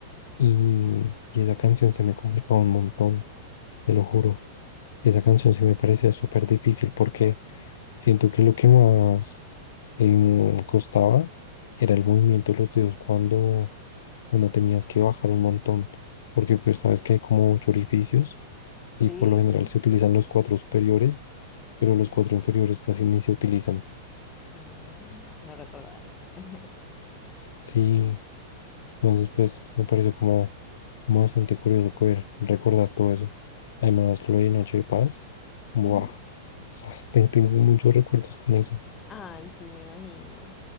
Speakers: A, on the left (about 60°); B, on the left (about 20°).
A: Y, y esa canción se me complicaba un montón, te lo juro. Esa canción se me parecía súper difícil porque siento que lo que más em, costaba era el movimiento de los dedos cuando, cuando tenías que bajar un montón, porque pues sabes que hay como ocho orificios y
B: Sí,
A: por lo general
B: sí.
A: se utilizan los cuatro superiores, pero los cuatro inferiores casi ni se utilizan.
B: Ah, no recordaba eso. <laughs>
A: Sí, entonces pues me pareció como, como bastante curioso poder recordar todo eso. Además, lo de Noche de Paz, buah,
B: Ujú.
A: o sea, <laughs> te- tengo muchos recuerdos con eso.
B: Ay, sí, me imagino.